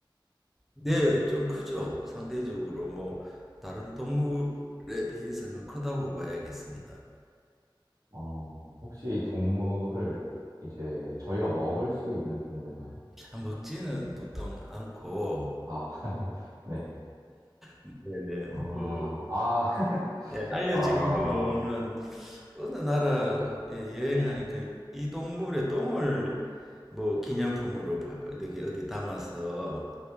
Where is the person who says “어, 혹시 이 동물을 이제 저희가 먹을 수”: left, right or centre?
Right